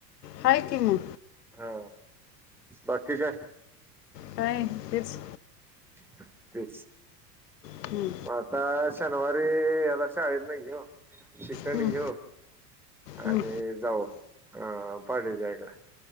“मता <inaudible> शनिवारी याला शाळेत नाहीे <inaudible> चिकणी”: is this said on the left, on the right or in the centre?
Centre